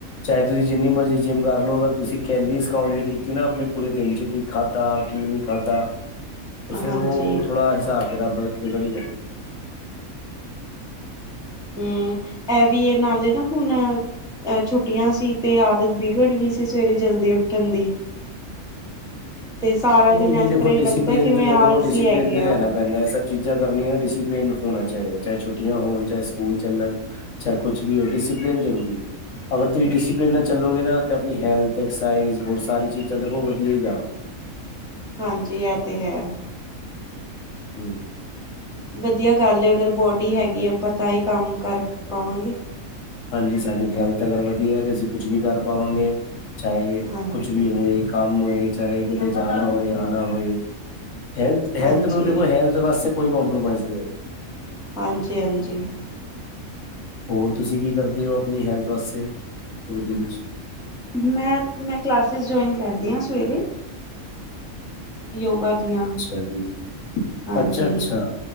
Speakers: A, on the left; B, in the centre.
A: ਚਾਹੇ ਤੁਸੀਂ ਜਿੰਨੀ ਮਰਜ਼ੀ ਜਿੰਮ ਕਰ ਲਓ, ਅਗਰ ਤੁਸੀਂ ਕੈਲੀਸ ਕਾਓਂਟ ਨਾ ਕੀਤੀ ਨਾ ਆਪਣੇ ਪੂਰੇ ਦਿਨ ਚ ਕੀ ਖਾਧਾ ਕੀ ਨਹੀਂ ਖਾਧਾ, ਤੇ ਫੇਰ
B: ਹਾਂਜੀ
A: ਉਹ ਥੋੜਾ ਹਿਸਾਬ- ਕਿਤਾਬ ਬ ਵਿਗੜ ਈ ਜਾਂਦਾ।
B: ਹੁ, ਏ ਵੀ ਏ ਨਾਲੇ ਨਾ ਹੁਣ ਐ ਛੁੱਟੀਆਂ ਸੀ, ਤੇ ਆਦਤ ਵਿਗੜ ਗਈ ਸੀ ਸਵੇਰੇ ਜਲਦੀ ਉੱਠਣ ਦੀ। ਤੇ ਸਾਰਾ
A: ਨਈ-
B: ਦਿਨ
A: ਨਈ
B: ਇਸ
A: ਦੇਖੋ
B: ਤਰ੍ਹਾਂ ਹੀ ਲੱਗਦਾ
A: ਡਸੀਪਲਿਨ
B: ਕਿਵੇਂ
A: ਤੇ ਦੇਖੋ
B: ਆਲਸੀ
A: ਡਸੀਪਲਿਨ
B: ਹੈਗੇ
A: ਤੇ ਲੈਣਾ
B: ਆ
A: ਪੈਂਦਾ, ਏਹ ਸਭ ਚੀਜ਼ਾਂ ਕਰਨੀਆਂ ਡਿਸਿਪਲਿਨ ਹੋਣਾ ਚਾਈਦਾ, ਚਾਹੇ ਛੁੱਟੀਆਂ ਹੋਣ ਚਾਹੇ ਸਕੂਲ ਚੱਲਣ। ਚਾਹੇ ਕੁਛ ਵੀ ਹੋ, ਡਿਸਿਪਲਨ ਜ਼ਰੂਰੀ ਏ। ਅਗਰ ਤੁਸੀਂ ਡਿਸਪਲਿਨ ਨਾਲ ਚੱਲੋਗੇ ਨਾ, ਤਾਂ ਆਪਣੀ ਹੈਲਥ, ਐਕਸਾਈਜ਼, ਹੋਰ ਸਾਰੀ ਚੀਜ਼ਾਂ ਦੇਖੋ ਵਧੀਆ ਈ ਜਾਵਾਂਗੇ।
B: ਹਾਂਜੀ ਐ ਤੇ ਹੈ।
A: ਹਮ <unintelligible>
B: ਵਧੀਆ ਗੱਲ ਹੈ, ਅਗਰ ਬੋਡੀ ਹੈਗੀ ਆ, ਆਪਾਂ ਤਾਂ ਈ ਕੰਮ ਕਰ ਪਾਵਾਂਗੇ।
A: ਹਾਂਜੀ ਸਾਡੀ ਹੈਲਥ ਅਗਰ ਵਧੀਆ ਤੇ ਅਸੀਂ ਕੁਛ ਵੀ ਕਰ ਪਾਵਾਂਗੇ। ਚਾਹੇ
B: ਹਾਂਜੀ
A: ਕੁਛ ਵੀ ਹੋਏ, ਕੰਮ ਹੋਏ, ਚਾਹੇ ਕਿਤੇ ਜਾਣਾ ਹੋਏ ਆਣਾ ਹੋਏ। ਹੈਲਥ- ਹੈਲਥ
B: ਹਾਂਜੀ
A: ਨੂੰ ਦੇਖੋ ਹੈਲਥ ਵਾਸਤੇ ਕੋਈ ਕੰਪ੍ਰੋਮਾਈਜ਼ ਨਹੀਂ ਐ।
B: ਹਾਂਜੀ- ਹਾਂਜੀ।
A: ਹੋਰ ਤੁਸੀਂ ਕੀ ਕਰਦੇ ਓ ਆਪਣੀ ਹੈਲਥ ਵਾਸਤੇ, ਪੂਰੇ ਦਿਨ ਚ?
B: ਮੈਂ -ਮੈਂ ਕਲਾਸਿਸ ਜੁਆਇਨ ਕਰਦੀ ਆ ਸਵੇਰੇ। ਯੋਗਾ ਦੀਆਂ
A: ਅੱਛਾ ਜੀ,
B: ਹਾਂਜੀ
A: ਅੱਛਾ -ਅੱਛਾ।